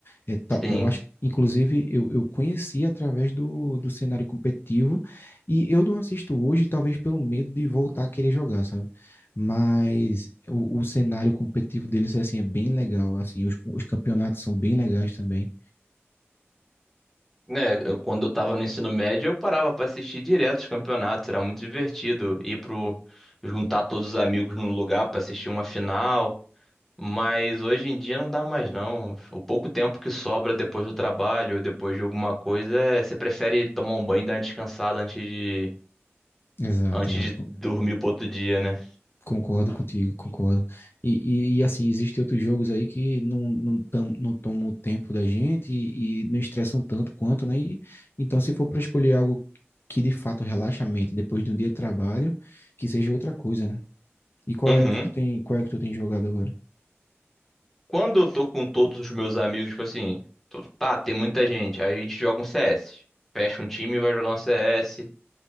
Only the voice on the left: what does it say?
É tal-
eu acho que, inclusive, eu, eu conheci através do, do cenário competitivo e eu não assisto hoje, talvez pelo medo de voltar a querer jogar, sabe? Mas o, o cenário competitivo deles, é assim, é bem legal, assim, os, os campeonatos são bem legais também.
Exato,
exato.
Concordo contigo, concordo. E, e, e, assim, existem outros jogos aí que não, não, tam- não tomam o tempo da gente e, e não estressam tanto quanto, né? E, então, se for para escolher algo que de fato relaxa a mente depois de um dia de trabalho, que seja outra coisa, né? E qual
é o que tu tem, qual é o que tu tem jogado agora?